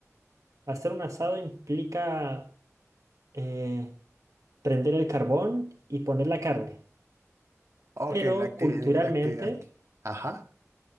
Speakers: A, on the right (about 75°); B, on the right (about 65°).
A: Hacer un asado implica eh, prender el carbón y poner la carne.
B: Ok,
A: Pero
B: la acti-
A: culturalmente
B: la actividad. Ajá.